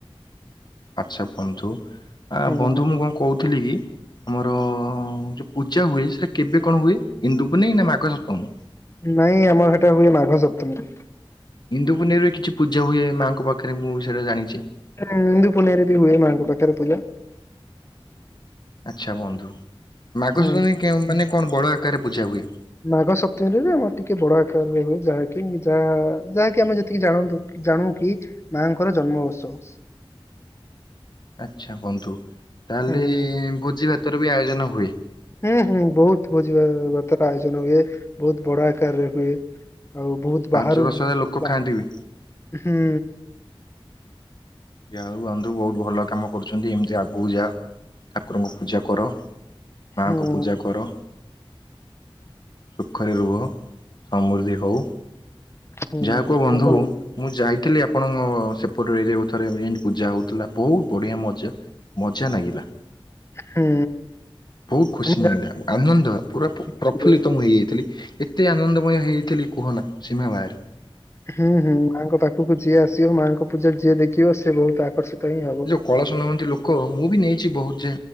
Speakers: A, on the left; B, on the left.
A: ଆଚ୍ଛା ବନ୍ଧୁ
B: ହୁଁ
A: ବନ୍ଧୁ
B: ହୁଁ।
A: ମୁଁ କଣ କହୁଥିଲି କି। ଆମର ଯୋଉ ପୂଜା ହୁଏ ସେଟା କେବେ କଣ ହୁଏ ଇନ୍ଦୁପୁନି ନା ମାଘ ସପ୍ତମୀ।
B: ନାଇଁ ଆମର ହେଟା ହୁଏ ମାଘ ସପ୍ତମୀ।
A: ଇନ୍ଦୁ ପୁନେଇରେ କିଛି ପୂଜା ହୁଏ ମାଆଙ୍କ ପାଖରେ ମୁଁ ସେଇଟା ଜାଣିଛି।
B: ଇନ୍ଦୁ ପୁନେଇରେବି ହୁଏ ମାଆଙ୍କ ପାଖରେ ପୂଜା।
A: ଆଚ୍ଛା ବନ୍ଧୁ ମାଘ
B: ହୁଁ
A: ସପ୍ତମୀ ମାନେ କଣ ବଡ଼ ଆକାରରେ ପୂଜା ହୁଏ।
B: ମାଘ ସପ୍ତମୀରେ ଆମର ଟିକେ ବଡ ଆକାରରେ ହୁଏ ଯାହାକି ଯାହା ଯାହାକି ଆମେ ଯେତିକି ଜାଣନ୍ତୁ। ଜାଣୁ କି ମାଙ୍କର ଜନ୍ମ ଉତ୍ସବ।
A: ଆଚ୍ଛା ବନ୍ଧୁ ତାହେଲେ
B: ହୁଁ
A: ଭୋଜି ଭାତର ବି ଆୟୋଜନ ହୁଏ।
B: ହୁଁ ହୁଁ ବହୁତ ଭୋଜି ଭାତାର ଆୟୋଜନ ହୁଏ ବହୁତ ବଡ ଆକାରରେ ହୁଏ। ଆଉ ବହୁତ
A: ପାଞ୍ଚ
B: ବାହାରୁ
A: ଦଶ ହଜାର ଲୋକ
B: ବା
A: ଖାଆନ୍ତି ବି।
B: ହୁଁ।
A: ଯାହା ହଉ ବନ୍ଧୁ ବହୁତ ଭଲ କାମ କରୁଛନ୍ତି ଏମିତି ଆଗକୁ ଯା ଠାକୁରଙ୍କୁ ପୂଜା କର ମାଙ୍କୁ
B: ହୁଁ
A: ପୂଜା କର। ସୁଖରେ ରୁହ ସମୃଦ୍ଧି ହଉ।
B: ହୁଁ
A: ଯାହା କୁହ ବନ୍ଧୁ
B: ଆପଣ ବି
A: ମୁଁ ଯାଇଥିଲି ଆପଣଙ୍କ ସେପଟେ ଯୋଉ ଥରେ ଏମିତି ପୂଜା ହେଉଥିଲା ବହୁତ ବଢ଼ିଆ ମଜା ମଜା ଲାଗିଲା।
B: ହୁଁ।
A: ବହୁତ ଖୁସି
B: ଆମ
A: ନାଗିଲା ଆନନ୍ଦ ପୁରା ପ୍ରଫୁଲ୍ଲିତ
B: ଗାଁରେ
A: ମୁଁ ହେଇଯାଇଥିଲି। ଏତେ ଆନନ୍ଦମୟ ହେଇଯାଇଥିଲି କୁହନା ସୀମା ବାହାରେ।
B: ହୁଁ ହୁଁ ମାଆଙ୍କ ପାଖକୁ ଯିଏ ଆସିବ ମାଆଙ୍କ ପୂଜା ଯିଏ ଦେଖିବ ସେ ବହୁତ ଆକର୍ଷିତ ହିଁ ହବ।
A: କଳସୀ ନିଅନ୍ତି ଲୋକ ମୁଁ ବି ନେଇଚି ବହୁତ